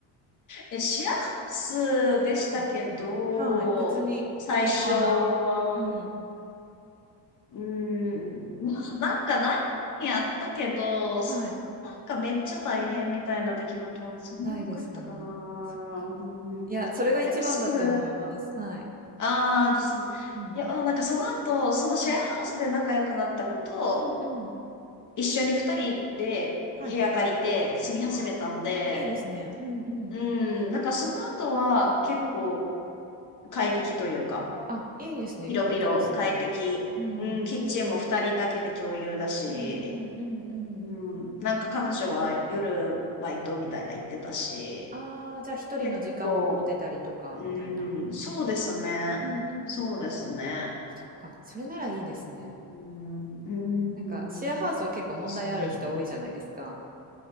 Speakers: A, on the left; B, on the right.
A: え、シェアハウスでしたけど、
B: はい。はい。別に平和な。
A: 最初は、
B: うん。
A: うん、まあなんか何やったけど、
B: はい。
A: そんななんかめっちゃ大変みたいな出来事はそんななかったかな。
B: ないですかね。そっか。
A: うん。
B: いや、それが一番だと思います。
A: でもすぐ、
B: はい。
A: ああですね。
B: うん。
A: いや、なんかその後、そのシェアハウスで仲良くなった子と、
B: はい。うんうん。
A: 一緒に二人で部屋借りて住み始めたんで、
B: はい。ああ、いいですね。うんうん。
A: うん、なんかその後は結構、快適というか、
B: あ、いいですね。
A: 広々快適。
B: よかったですね。うん。
A: うん、キッチンも二人だけで共有だし、
B: うんうんうんうん。
A: うん、なんか彼女は夜バイトみたいな言ってたし、
B: ああ、じゃあ一人の時間も持てたりとかみたいな。
A: 結構、うん、そうですね。
B: うんうんうん。
A: そうですね。
B: そっか。それならいいですね。
A: うん、うん、
B: なんかシェアハウスは結構問題ある人多いじゃないですか。
A: そうですね。